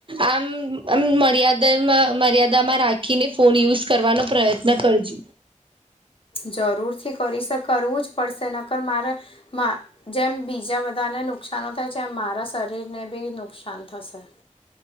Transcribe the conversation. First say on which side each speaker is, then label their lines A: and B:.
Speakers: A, on the right; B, on the left.
A: આમ આમ મર્યાદામાં મર્યાદામાં રાખ ખીને ફોન યુઝ કરવાનો પ્રયત્ન કરજે
B: જરૂરથી કરીશ કરવું જ પડશે નક્કર મારે. માં જેમ બીજા બધાને નુકશાનો થાય એમ મારાં સ શરીરને બી નુકસાન થશે.